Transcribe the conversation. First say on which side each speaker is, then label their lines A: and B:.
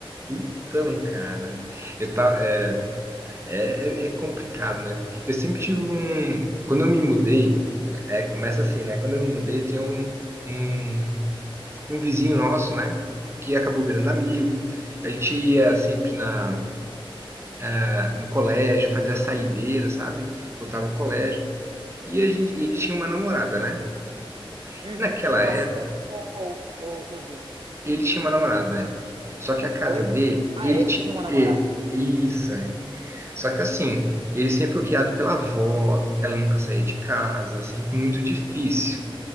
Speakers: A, on the right; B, on the right.
A: Então, cara, eu tá, é, é, é é complicado, né? Porque eu sempre tive um. Quando eu me mudei, é, começa assim, né? Quando eu me mudei, tinha um, um um vizinho nosso, né? Que acabou virando amigo. A gente ia sempre na, na- no colégio, fazia saideira, sabe? Voltava ao colégio. E a gente, e ele tinha uma namorada, né?
B: Uhum.
A: E naquela
B: Você
A: época,
B: ou, ou, ou o seu vizinho?
A: ele tinha uma namorada, né? Só que a casa
B: Oi?
A: dele,
B: Ah,
A: ele
B: ele
A: tinha.
B: tinha uma namorada.
A: e- Isso, é. Só que assim, ele sempre foi criado pela avó, ela nunca saía de casa, sempre muito difícil.